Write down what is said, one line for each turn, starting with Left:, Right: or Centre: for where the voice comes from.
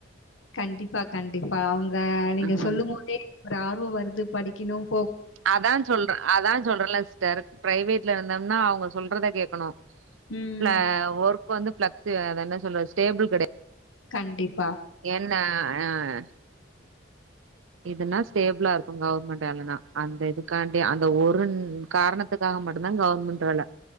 Left: கண்டிப்பா கண்டிப்பா அவங்க நீங்க
Right: ம்
Left: சொல்லும் போதே ஒரு ஆர்வம் வருது படி கணும்
Right: அதா சொல்ற அதா சொல்றல சிஸ்டர் பிரைவேட்ல இருந்தோம்னாம் அவங்க சொல்றத கேக் ஆணோ <unintelligible>
Left: ம்
Right: வந்து பிளெக்சு அத என்ன சொல்றது ஸ்டேபில் கெட
Left: கண்டிப்
Right: என்ன ஆஹ் இதுனா ஸ்டேபிளா இருக்கோம் கவர்மெண்ட் வேலனா அந்த இதுக்கா அந்த ஒரு ன் காரணத்துக் க்காக மட்டும்தா கவர்மெண்ட் வேல